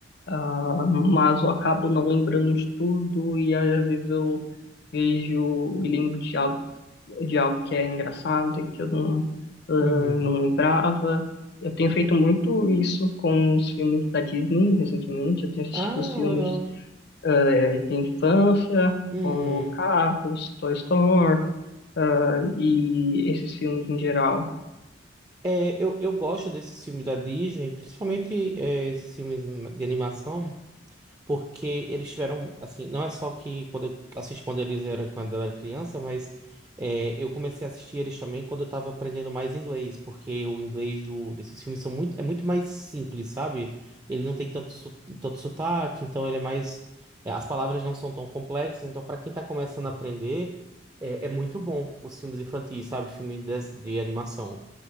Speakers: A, on the left (about 60°); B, on the right (about 20°).
A: ah, mas eu acabo não lembrando de tudo e às vezes eu vejo e lembro de algo, de algo que é engraçado e que eu não, ah,
B: Uhum.
A: não lembrava. Eu tenho feito muito isso com os filmes da Disney recentemente. Eu tenho assistido
B: Ah,
A: os filmes
B: legal.
A: eh, de infância,
B: Uhum.
A: como Carros, Toy Story, ah, e esses filmes em geral.
B: É, eu, eu gosto desses filmes da Disney, principalmente é, esses filmes de animação. porque eles tiveram, assim, não é só que quando eu assisti quando eles eram, quando eu era criança, mas é, eu comecei a assistir eles também quando eu tava aprendendo mais inglês, porque o inglês do, desses filmes são muito, é muito mais simples, sabe? Ele não tem tanto, su- tanto sotaque, então ele é mais, é, as palavras não são tão complexas, então para quem tá começando a aprender, é, é muito bom os filmes infantis, sabe? Filme de, de animação.